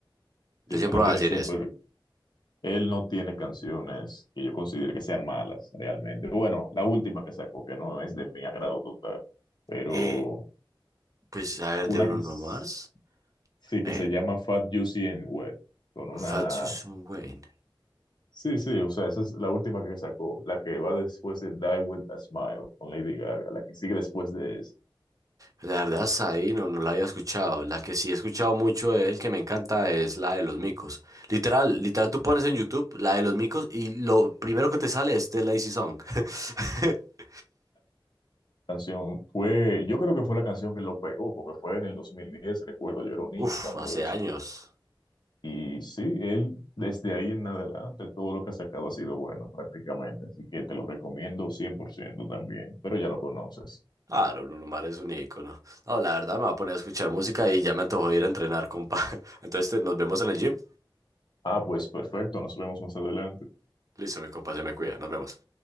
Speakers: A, on the right (about 40°); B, on the left (about 55°).
A: Yo
B: Sí,
A: siempre
B: pero él
A: voy
B: tiene
A: a decir
B: súper,
A: eso.
B: él no tiene canciones que yo considere que sean malas realmente. Bueno, la última que sacó, que no es de mi agrado total, pero
A: Eh, pues a ver,
B: una
A: de Bruno
B: que es-
A: Mars,
B: sí que
A: eh,
B: se llama Fat Juicy and Wet con una
A: Fat You Soon Wayne.
B: sí sí o sea esa es la última que sacó la que va después de Die with a Smile con Lady Gaga la que sigue después de esa
A: Pues, La verdad, hasta ahí no, no la había escuchado. La que sí he escuchado mucho de él, que me encanta, es la de los micos. Literal, literal, tú pones en YouTube la de los micos y lo primero que te sale es The Lazy Song. <laughs>
B: canción fue yo creo que fue la canción que lo pegó porque fue en el dos mil diez recuerdo yo era un niño
A: Uf,
B: cuando
A: hace
B: eso
A: años.
B: y sí él desde ahí en adelante todo lo que ha sacado ha sido bueno prácticamente así que te lo recomiendo 100% también pero ya lo conoces
A: Claro, Bruno Mars es un ícono. No, la verdad me va a poner a escuchar música y ya me antojó ir a entrenar, compa. <laughs> Entonces te- nos vemos en el gym.
B: ah pues perfecto nos vemos más adelante
A: Listo, mi compa, se me cuida. Nos vemos.